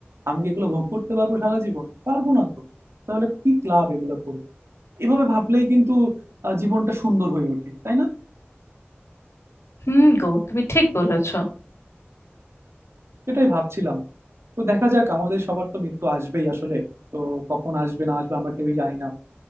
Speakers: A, on the right; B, on the left.
A: আমি কি এগুলো ভোগ করতে পারবো সারা জীবন পারবো না তো তাহলে কি লাভ এগুলো করে এভাবে ভাবলেই কিন্তু আহ, জীবনটা সুন্দর হয়ে ওঠে তাই না
B: হুম গো তুমি ঠিক বলেছ
A: সেটাই ভাবছিলাম তো দেখা যাক আমাদের সবার তো মৃত্যু আসবেই আসলে তো কখন আসবে না আসবে আমরা কেউই জানি না